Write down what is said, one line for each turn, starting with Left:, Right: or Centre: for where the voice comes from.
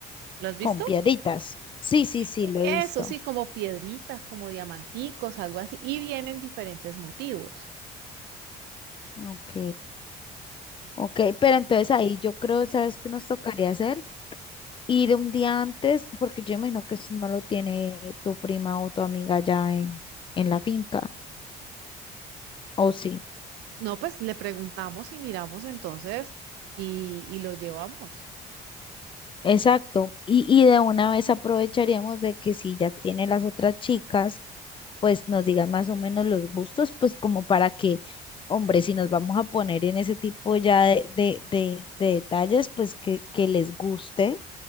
Right: ¿Lo has visto?
Left: Con piedritas. Sí, sí, sí,
Right: E-
Left: lo
Right: Eso
Left: he visto.
Right: sí, como piedritas, como diamanticos, algo así, y vienen diferentes motivos.
Left: Ok, ok, pero
Right: No,
Left: entonces ahí yo creo, ¿sabes qué nos tocaría hacer? Ir un día antes, porque yo imagino que eso no lo tiene tu prima o tu amiga ya en, en la finca, ¿o sí?
Right: no, pues le preguntamos y miramos entonces y, y lo llevamos.
Left: Exacto, y, y de una vez aprovecharíamos de que si ya tiene las otras chicas, pues nos digan más o menos los gustos, pues como para que, hombre, si nos vamos a poner en ese tipo ya de, de, de, de detalles, pues que, que les guste